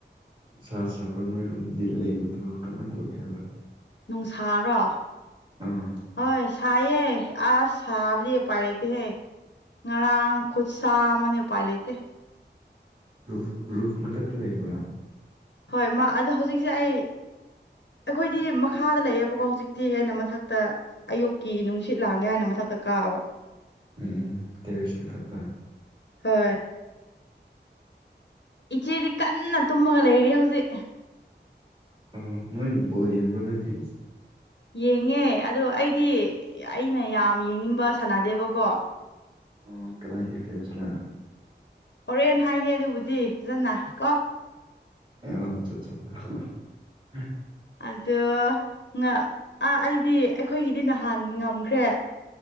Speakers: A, on the right; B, on the left.
A: ꯅꯨꯡꯁꯥ ꯁꯥꯕꯔꯥ ꯅꯣꯏꯔꯣꯝꯗꯤ ꯂꯩꯕꯗꯨ ꯀꯃꯥꯏꯟ ꯇꯧꯒꯦ ꯍꯥꯏꯕ
B: ꯅꯨꯡꯁꯥꯔꯣ
A: ꯑꯥ
B: ꯍꯣꯏ ꯁꯥꯏꯌꯦ ꯑꯁ ꯁꯥꯕꯗꯤ ꯎꯄꯥꯏ ꯂꯩꯇꯦꯍꯦ ꯉꯔꯥꯡ ꯈꯨꯠ ꯁꯥ ꯑꯃꯅꯤ ꯎꯄꯥꯏ ꯂꯩꯇꯦ
A: ꯔꯨꯐ ꯔꯨꯐ ꯃꯊꯛꯇꯥ ꯂꯩꯕ꯭ꯔꯥ
B: ꯍꯣꯏ ꯃꯥ ꯑꯗꯣ ꯍꯧꯖꯤꯛꯁꯦ ꯑꯩ ꯑꯩꯈꯣꯏꯗꯤ ꯃꯈꯥꯗ ꯂꯩꯌꯦꯕꯀꯣ ꯍꯧꯖꯤꯛꯇꯤ ꯑꯩꯅ ꯃꯊꯥꯛꯇꯥ ꯑꯌꯨꯛꯀꯤ ꯅꯨꯡꯁꯤꯠ ꯂꯥꯡꯒꯦ ꯍꯥꯏꯅ ꯃꯊꯛꯇ ꯀꯥꯕ
A: ꯎꯝ ꯇꯦꯔ‌ꯦꯁ ꯃꯊꯥꯛꯇꯥ
B: ꯍꯣꯏ ꯏꯆꯦꯗꯤ ꯀꯟꯅ ꯇꯨꯝꯃꯒ ꯂꯩꯔꯤ ꯍꯧꯖꯤꯛ
A: ꯑ‌ꯣ ꯅꯣꯏ ꯕ‌ꯣꯜ ꯌ‌ꯦꯡꯕ꯭ꯔꯥ ꯅ‌ꯣꯏꯗꯤ
B: ꯌꯦꯡꯉꯦ ꯑꯗ‌ꯣ ꯑꯩꯗꯤ ꯑꯩꯅ ꯌꯥꯝ ꯌꯦꯡꯅꯤꯡꯕ ꯁꯅꯥꯗꯦꯕꯀꯣ
A: ꯑꯣ ꯀꯅꯥꯒꯤ ꯐ꯭‌ꯦꯟꯁꯔꯥ
B: ꯍꯣꯔꯦꯟ ꯍꯥꯏꯒꯦ ꯑꯗꯨꯕꯨꯗꯤ ꯐꯖꯅ ꯀꯣ꯫
A: <unintelligible>
B: ꯑꯗꯣ꯫ ꯉꯥ ꯑꯥ ꯑꯩꯗꯤ ꯑꯩꯈꯣꯏꯒꯤꯗꯤ ꯅꯍꯥꯟ ꯉꯝꯈ꯭ꯔꯦ꯫